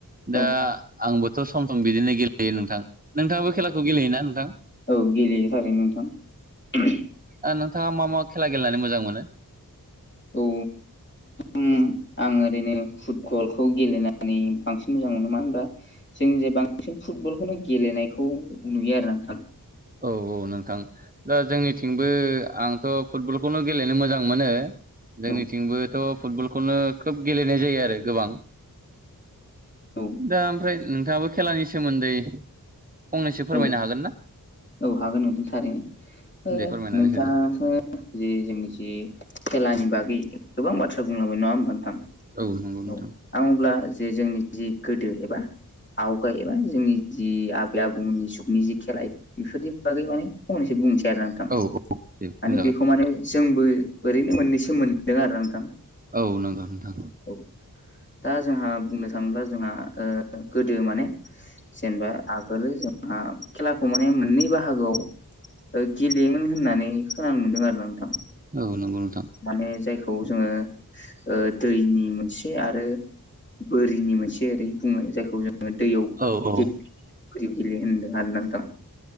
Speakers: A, on the right; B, on the left.
A: दा
B: औ
A: आंबोथ' सम सम बिदिनो गेलेयो नोंथां नोंथाङाबो खेलाखौ गेलेयोना नोंथां
B: औ गेलेयो थारैनो नोंथां
A: ओ नोंथाङा मा मा खेला गेलेनानै मोजां मोनो
B: औ उम आं ओरैनो फुटबलखौ गेलेनानै बांसिन मोजां मोनो मानो होनबा जोंनि जे बांसिन फुटबलखौनो गेलेनायखौ नुयो आरो नोंथां
A: औ औ नोंथां दा जोंनिथिंबो आंथ' फुटबलखौनो गेलेनो मोजां मोनो जोंनिथिंबोथ'
B: औ
A: फुटबलखौनो खोब गेलेनाय जायो आरो गोबां
B: औ
A: दा ओमफ्राय नोंथाङाबो खेलानि सोमोन्दै फंनैसो फोरमायनो
B: औ
A: हागोन ना
B: औ हागोन नोंथां थारैनो ओ
A: दे फोरमायनानै
B: नोंथाङासो
A: होनो
B: जे जोंनि जि खेलानि बागै गोबां बाथ्रा बुंलांबाय नङा होमबा नोंथां
A: औ नंगौ नोंथां
B: औ आं अब्ला जे जोंनि जि गोदो एबा आवगाय एबा जोंनि जि आबै आबौ मोननि जुगनि जि खेला बेफोरनि बागै माने फंनैसो बुंनोसै आरोना नोंथां
A: औ औ दे
B: माने
A: बुंजागोन
B: बेखौ माने जोंबो ओरैनो मोननैसो मोनदों आरो नोंथां
A: औ नंगौ नोंथां
B: औ दा जोंहा बुंनो थाङोब्ला जोंहा ओ गोदो माने जेनेबा आगोल जोंहा खेलाखौ माने मोननै बाहागोआव गेलेयोमोन होननानै खोनानो मोनदों आरोना नोंथां
A: औ नंगौ नोंथां
B: माने जायखौ जोंङो ओ दैनि मोनसे आरो बोरिनि मोनसे ओरै बुंङो जायखौ जों दैयाव
A: औ औ
B: गेलेयो होनदों आरोना नोंथां